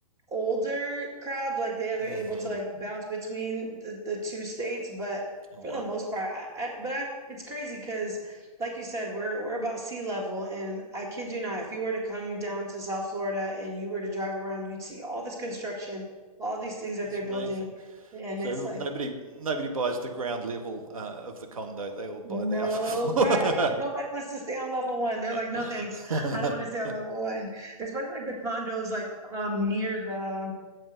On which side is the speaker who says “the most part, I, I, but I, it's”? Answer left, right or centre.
Right